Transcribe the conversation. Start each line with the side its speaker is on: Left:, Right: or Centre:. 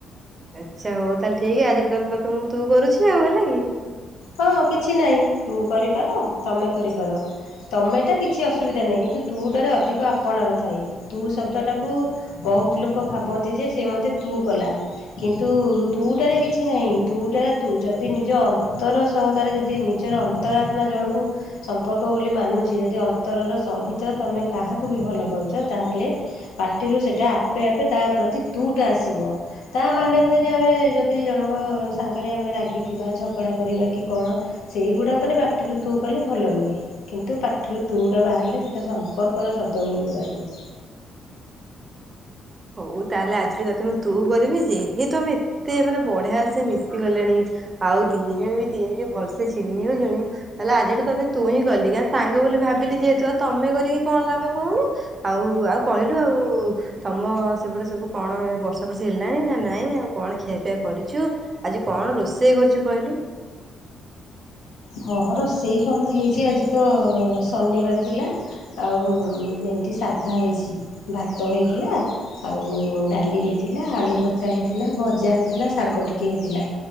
Right: ଆଚ୍ଛା ହଉ ତାହେଲେ ଠିକ। ଆଜିଠୁ ତାହେଲେ ତତେ ମୁଁ ତୁ କରୁଛି ଆଉ, ହେଲା କି?
Left: ହଁ କିଛି ନାଇଁ। ତୁ କରିପାର, ତମେ କରିପାର। ତମେଟା କିଛି ଅସୁବିଧା ନାଇଁ। କିନ୍ତୁ ତୁ ଟାରେ ଅଧିକ ଆପଣାର ଥାଏ। ତୁ ଶବ୍ଦଟାକୁ ବହୁତ ଲୋକ ଭାବନ୍ତି ଯେ ସେ ମତେ ତୁ କଲା। କିନ୍ତୁ ତୁଟାରେ କିଛି ନାହିଁ। ତୁଟା ତୁ ଯଦି ନିଜ ଅନ୍ତର ସହକାରେ ଯଦି ନିଜର ଅନ୍ତରାତ୍ମା ଜଣକୁ ସମ୍ପର୍କ ବୋଲି ମାନୁଛି। ଯଦି ଅନ୍ତରର ସହିତ ତମେ କାହାକୁ ବି ଭଲ ପାଉଛ ତାହେଲେ ପାଟିରୁ ସେଇଟା ଆପେ ଆପେ ତା ପ୍ରତି ତୁ ଟା ଆସିବ ତା ମାନେ ନୁହେଁ ଯେ ଆମେ ଯଦି ଜଣଙ୍କ ସାଙ୍ଗରେ ଆମେ ରାଗିଥିବା ଝଗଡ଼ା କରିବା କି କଣ ସେଇଗୁଡ଼ାକରେ ପାଟିରୁ ତୁ କଲେ ଭଲ ନୁହେଁ କିନ୍ତୁ ପାଟିରୁ ତୁ ଟା ବାହାରିଲେ ସେଇଟା ସମ୍ପର୍କର ଶବ୍ଦ ବୋଲି କୁହାଯାଏ।
Right: ହଉ ତାହେଲେ ଆଜିଠୁ ତତେ ମୁଁ ତୁ କରିବି ଯେ। ଯେହେତୁ ଆମେ ଏତେ ମାନେ ବଢିଆ ସେ ମିଶିଗଲେଣି। ଆଉ ଦିଦିନି ଏବେ ଦେଖେ ଭଲସେ ଚିହ୍ନିଗଲେଣି ତାହେଲେ ଆଜିଠୁ ତତେ ତୁ ହିଁ କଲି। କା ସାଙ୍ଗ ବୋଲି ଭାବିଲି ଯେହେତୁ ଆଉ ତମେ କରିକି କଣ ଲାଭ କହୁନୁ? ଆଉ ଆଉ କହିଲୁ ଆଉ ତମ ସେପଟେ ସବୁ କଣ ବର୍ଷା ବର୍ଷି ହେଲାଣି ନା ନାଇଁ? ଆଉ କଣ ଖିଆପିଆ କରିଛୁ? ଆଜି କଣ ରୋଷେଇ କରୁଛୁ କହିଲୁ?
Left: ହଁ ମ ରୋଷେଇ କଣ ହେଇଛି। ଆଜି ତ ଶନିବାର ଥିଲା। ଆଉ ଏମତି ସାଧା ହେଇଛି। ଭାତ ହେଇଥିଲା ଆଉ ଡାଲି ହେଇଥିଲା। ଆଳୁ ଭର୍ତ୍ତା ହେଇଥିଲା। ଭଜା ହେଇଥିଲା। ଶାଗ ଟିକଏ ହେଇଥିଲା।